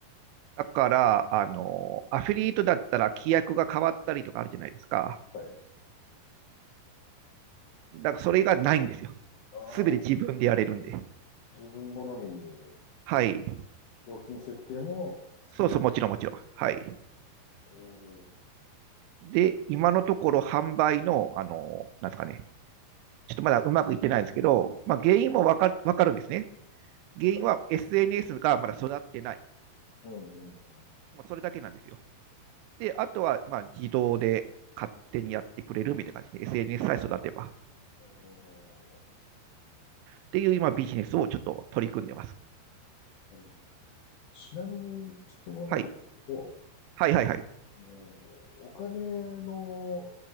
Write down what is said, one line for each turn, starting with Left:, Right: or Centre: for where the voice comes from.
Right: だから、あの、アフィリエイトだったら規約が変わったりとかあるじゃないですか。
Left: はい。
Right: だから、それがないんですよ。
Left: ああ、
Right: すべて自分でやれるんで。
Left: 自分好みに
Right: はい。
Left: 料金設定も好きな。
Right: そうそう、もちろんもちろん。はい。
Left: おー
Right: で、今のところ販売の、あの、なんですかね、ちょっとまだうまくいってないですけど、まあ、原因もわかるわかるんですね。原因は
Left: はい、
Right: SNS がまだ育ってない。
Left: うん、うん、うん。
Right: もうそれだけなんですよ。で、あとは、まあ、自動で勝手にやってくれるみたいな感じで、SNS さえ育てば。
Left: おー
Right: っていう今、ビジネスをちょっと取り組んでます。
Left: はい、ちなみに質問なんですけど、
Right: はい。はいはいはい。
Left: あの、お金の